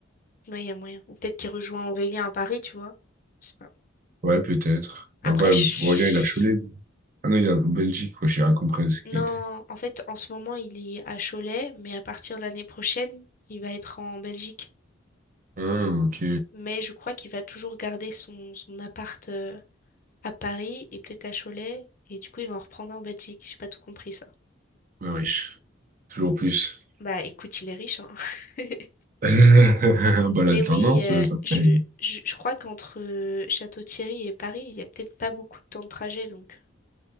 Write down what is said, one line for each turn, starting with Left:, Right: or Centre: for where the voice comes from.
Left: Ouais, il y a moyen. Ou peut-être qu'il rejoint Aurélien à Paris, tu vois. Je sais pas.
Right: Ouais, peut-être.
Left: Après,
Right: Après,
Left: je-
Right: Aurélien, il a Cholet. Ah non, il est en Belgique, quoi, j'ai rien compris de ce
Left: non,
Right: qu'il était.
Left: en fait, en ce moment, il est à Cholet, mais à partir de l'année prochaine, il va être en Belgique.
Right: Ah, ok.
Left: Mais je crois qu'il va toujours garder son, son appart euh, à Paris et peut-être à Cholet. Et du coup, il va en reprendre en Belgique. J'ai pas tout compris ça.
Right: Ouais, riche. Toujours plus.
Left: Bah écoute, il est riche, hein. <laughs>
Right: <laughs> Bah, l'alternance,
Left: Mais oui, euh,
Right: euh, ça
Left: je,
Right: paye.
Left: je, je crois qu'entre euh, Château-Thierry et Paris, il y a peut-être pas beaucoup de temps de trajet, donc